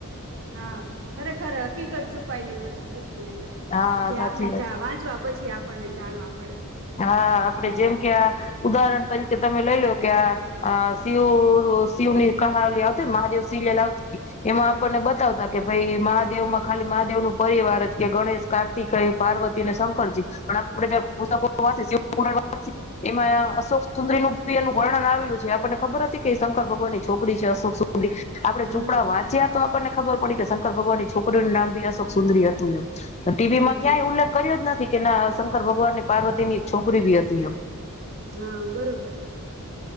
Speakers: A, on the right; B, on the left.
A: હા, ખરેખર હકીકત છુપાયેલી હોય છે, બુ ક અંદર,
B: હા
A: જે
B: સાચી
A: આપને
B: વાત
A: જા
B: છે.
A: વાંચવા પછી આપ આપણને જાણવા મળે.
B: હા, આપડે જેમ કે આ ઉદાહરણ તરીકે તમે લઈ લો કે આ આ શિવ શિવની કહાવલી આવતી ન મહાદેવ સિરિયલ આવતી. એમાં આપણને બતાવતા કે ભઈ મહાદેવમાં ખાલી મહાદેવ નું પરિવાર જ કે ગણેશ, કાર્તિકેય, પાર્વતી ને શંકરજી, પણ આપડે <unintelligible> <unintelligible> શિવપુરાણ <unintelligible> એમાં આ અશોક સુંદરીનું એનું વર્ણન આવેલું છે, આપણને ખબર હતી કે શંકર ભગવાનની છોકરી છે અશોક સુંદરી, આપણે
A: હમ
B: ચૂપડા વાંચ્યા તો આપણને ખબર પડી કે શંકર ભગવાનની છોકરીઓનું નામ ભી અશોકસુંદરી અતું યેમ. તો ટી
A: હમ
B: વી માં ક્યાંય
A: હમ
B: ઉલ્લેખ કર્યો જ નથી. કે ના આ શંકર ભગવાનને પાર્વ તીની છોકરી ભી અતી યેમ.
A: હા બરોબર